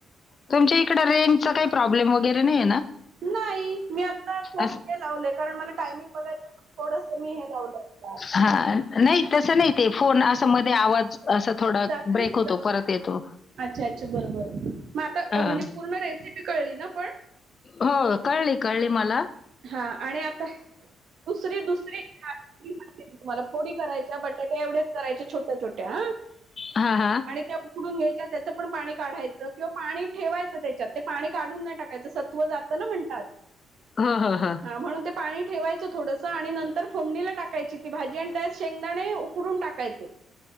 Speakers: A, on the left; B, on the right.
A: तुमच्या इकड रेंजचा काही प्रॉब्लेम वगैरे नाहीे ना.
B: नाही मी आता थोड
A: असं-
B: हे लावलंय कारण मला टायमिंग बघायचं थोडस मी हे लावलं. ह.
A: हा नाही तसं नाही ते फोन असं मध्ये आवाज. असं थोडा
B: जास्त
A: ब्रेक होतो परत येतो.
B: अच्छा अच्छा बरोबर मग आता
A: हा.
B: म्हणजे पूर्ण रेसिपी कळली ना पण.
A: हो कळली कळली मला
B: हा आणि आता दुसरी, दुसरी, तुम्हाला फोडी करायच्या बटाट्या एवढच करायच्या छोट्या छोट्या हा
A: हा हा.
B: त्या उकडून घ्यायच्या त्याचं पण पाणी काढायचं किंवा पाणी ठेवायचं त्याच्यात ते पाणी काढून नाही टाकायचं. सत्व जात ना म्हणतात.
A: हा हा हा.
B: म्हणून ते पाणी ठेवायचं थोडस आणि नंतर फोमणीला टाकायची ती भाजी आणि त्या शेंगदाणे उकडून टाकायचे.